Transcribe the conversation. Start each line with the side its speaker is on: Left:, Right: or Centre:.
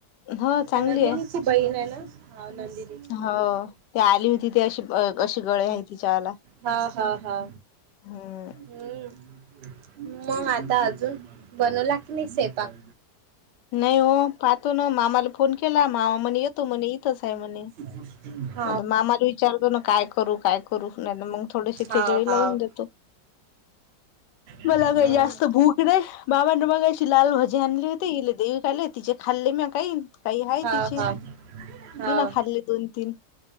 Left: हो चांगली
Right: त्या नंदिनीची
Left: आहे
Right: बहीण आहे ना. हा नंदिनीची बहीण
Left: हो ते आली होती ते अशी अशी गळे आहे तिच्याला
Right: हा हा हा
Left: हम्म
Right: हम्म मग आता अजून बनवला की नाही स्वयंपाक.
Left: नाही हो पाहतो ना मामाला फोन केला मामा म्हणे येतो म्हणे इथंच आहे म्हणे.
Right: अच्छा
Left: आता मामाला विचारतो ना काय करू काय करू नाही मग थोडेसे
Right: हाव
Left: खिचडी
Right: हाव
Left: लावून देतो.
Right: हम्म
Left: मला काही जास्त भूक नाही बाबाने मगाशी लाल भजे आणली होती इथे देवीकाले. तिचे खाल्ले मी काही काही आहे
Right: हाव
Left: तिचे
Right: हाव हाव
Left: ती ना खाल्ले दोन तीन.